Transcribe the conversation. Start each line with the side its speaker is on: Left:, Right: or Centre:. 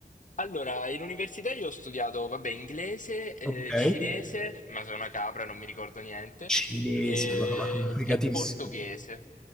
Left: Allora, in università io ho studiato, vabbè, inglese, eh,
Centre: Ok.
Left: cinese, ma sono una capra, non mi ricordo niente,
Centre: Cinese,
Left: e,
Centre: una roba complicatissima.
Left: e portoghese.